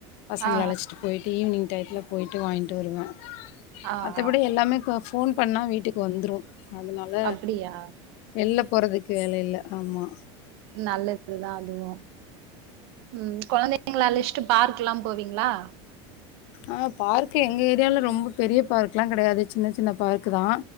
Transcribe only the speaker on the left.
பசங்கள
அழச்சிட்டு போயிட்டு ஈவினிங் டயத்துல போயிட்டு வாங்கிட்டு வருவே
மத்தபடி
எல்லாமே கோ ஃபோன் பண்ணா வீட்டுக்கு வந்ரு அதனால
வெள்ல போறதுக்கு வேல இல்ல ஆமா
ஆ பார்க எங்க ஏரியால ரொம்ப பெரிய பார்க்ல்லா கெடையாது சின்ன சின்ன பார்க்தா